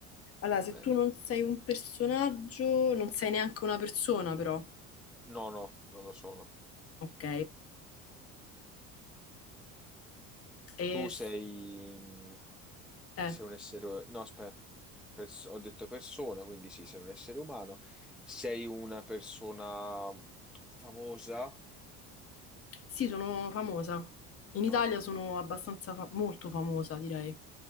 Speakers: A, on the left; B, in the centre.
A: Allora,
B: va
A: se
B: bene.
A: tu non sei un personaggio, non sei neanche una persona, però.
B: No, no, non lo sono.
A: Ok. E,
B: Tu sei...
A: s-
B: mm,
A: eh,
B: sei un essere... No, aspetta, pers- ho detto persona, quindi sì, sei un essere umano. Sei una persona famosa?
A: sì, sono famosa. In Italia
B: Ok,
A: sono abbastanza fa- molto famosa, direi.